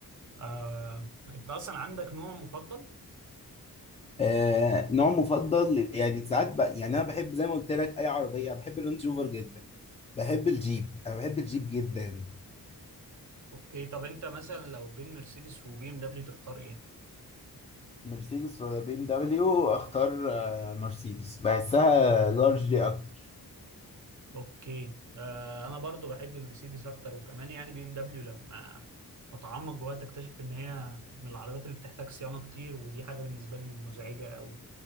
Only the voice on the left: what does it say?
آه نوع مفضل يعني ساعات بقى يعني انا بحب زي ما قلت لك اي عربية بحب الرانج روفر جدا بحب الجيب انا بحب الجيب جدا
مرسيدس ولا بي ام دبليو اختار آه، مرسيدس بحسها لارج دي اكتر